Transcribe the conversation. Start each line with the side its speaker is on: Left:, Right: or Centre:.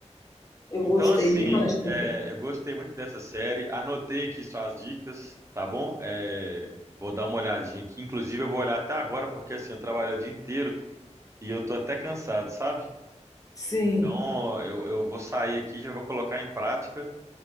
Left: eu
Right: Então,
Left: gostei
Right: assim,
Left: demais também.
Right: é, eu gostei muito dessa série. Anotei aqui suas dicas, tá bom? É, vou dar uma olhadinha aqui. Inclusive, eu vou olhar até agora, porque assim, eu trabalho o dia inteiro e eu tô até cansado, sabe?
Left: Sim,
Right: Então, eu, eu vou sair aqui, já vou colocar em prática